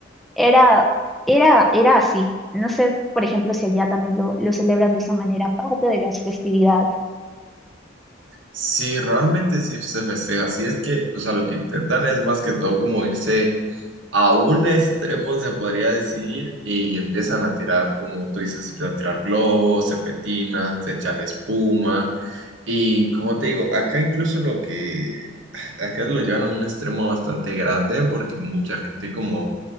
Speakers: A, in the centre; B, on the right (about 75°).
A: Era, era, era así. No sé, por ejemplo, si allá también lo, lo celebran de esa manera, parte de las festividades.
B: Sí, realmente sí se festeja. Así es que, o sea, lo que intentan es más que todo como irse a un extremo, se podría decir, y empiezan a tirar, como tú dices, a tirar globos, serpentinas, se echan espuma, y como te digo, acá incluso lo que, acá lo llevan a un extremo bastante grande porque mucha gente como,